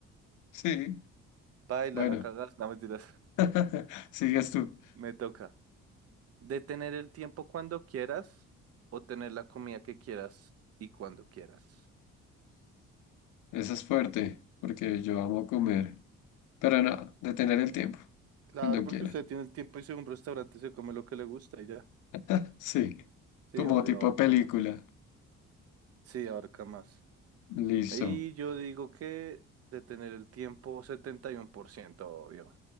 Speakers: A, on the left (about 80°); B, on the right (about 55°).
A: Sí,
B: Paila,
A: bueno,
B: la cagas. No, mentiras.
A: <laughs> sigues tú.
B: <laughs> Me toca. Detener el tiempo cuando quieras o tener la comida que quieras y cuando quieras.
A: Esa es fuerte, porque yo amo comer, pero no, detener el tiempo,
B: Claro,
A: cuando
B: porque
A: quiera.
B: usted tiene el tiempo y si un restaurante se come lo que le gusta y ya.
A: <laughs> Sí,
B: Sí,
A: como
B: obvio,
A: tipo
B: abarca
A: película.
B: más. Sí, abarca más.
A: Listo.
B: Y yo digo que de tener el tiempo, 71%, obvio.